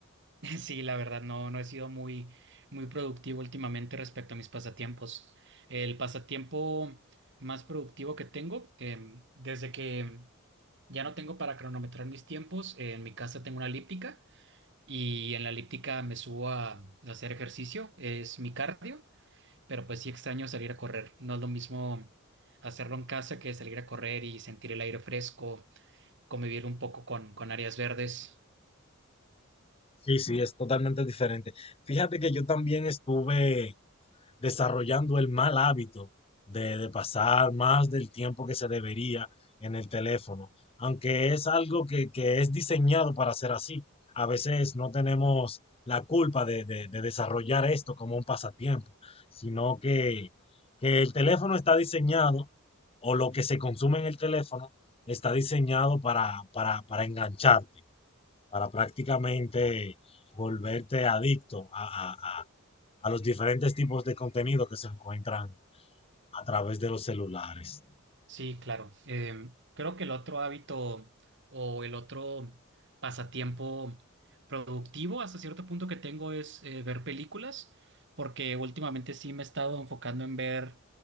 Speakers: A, on the right; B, on the left.
A: <laughs> Sí, la verdad, no, no he sido muy, muy productivo últimamente respecto a mis pasatiempos. El pasatiempo más productivo que tengo, em, desde que ya no tengo para cronometrar mis tiempos, eh, en mi casa tengo una elíptica y en la elíptica me subo a hacer ejercicio, es mi cardio, pero pues sí extraño salir a correr. No es lo mismo hacerlo en casa que salir a correr y sentir el aire fresco convivir un poco con, con áreas verdes.
B: Sí, sí, es totalmente diferente. Fíjate que yo también estuve desarrollando el mal hábito de, de pasar más del tiempo que se debería en el teléfono, aunque es algo que, que es diseñado para ser así. A veces no tenemos la culpa de, de- de desarrollar esto como un pasatiempo, sino que, que el teléfono está diseñado, o lo que se consume en el teléfono, está diseñado para, para, para engancharte para prácticamente volverte adicto a, a- a- a los diferentes tipos de contenido que se encuentran a través de los celulares.
A: Sí, claro. Em, creo que el otro hábito o el otro pasatiempo productivo hasta cierto punto que tengo es eh, ver películas, porque últimamente sí me he estado enfocando en ver